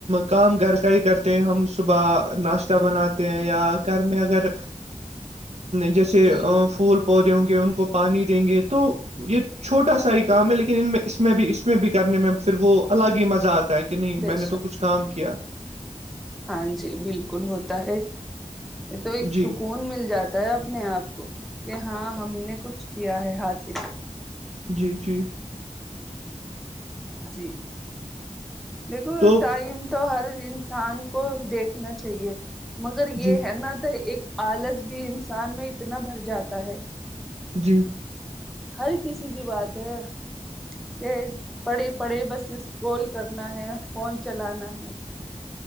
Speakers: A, on the right; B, in the centre.
A: کام گھر کا ہی کرتے ہیں ہم صبح ناشتہ بناتے ہیں یا گھر میں اگر جیسے
B: جی
A: پھول پودے ہوں گے ان کو پانی دیں گے تو یہ چھوٹا سا ہی کام ہے لیکن ان میں اس میں بھی اس میں بھی کرنے میں پھر وہ الگ ہی مزہ آتا ہے کہ کہ نہیں
B: بے
A: میں نے
B: شک
A: تو کچھ کام کیا
B: ہاں جی بالکل ہوتا ہے یہ تو ایک
A: جی
B: سکون مل جاتا بتا اپنے آپ کو کہ ہاں ہم نے کچھ کیا ہے حاصل
A: جی جی
B: جی دیکھو
A: تو
B: ٹائم تو ہر انسان کو دیکھنا چاہیے مگر یہ
A: جی
B: ہے نا تو ایک آلس بھی انسان میں اتنا بھر جاتا ہے
A: جی
B: ہر کسی کی بات ہے یہ پڑھے پڑھے بس اسکال کرنا ہے فون چلانا ہے